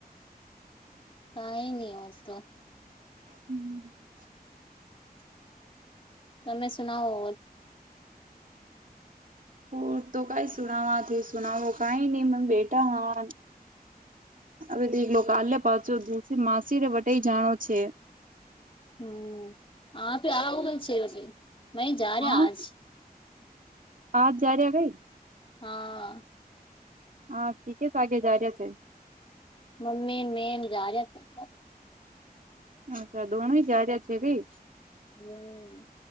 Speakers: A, on the left; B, on the right.
A: કઈ ન આવ તો
B: હમ.
A: તમે સુનાવો
B: ઓ તો કઈ સુનાવાથી સુનાવો કઈ નહી મ બેટા હ. હવે તો લોકો આલે પાછો દુસી માસીને વટઈ જાણો છે.
A: હમ આપે આવું છે મે જા રહ્યા
B: હા
A: આજ
B: આજ જા રહ્યા કઈ
A: હા.
B: હા ીચસ વાગે જાર્યા છે
A: મમ્મી મેમ જા રહ્યા તા.
B: અચ્છા દોણ જા રહ્યા છે કઈ
A: હમ.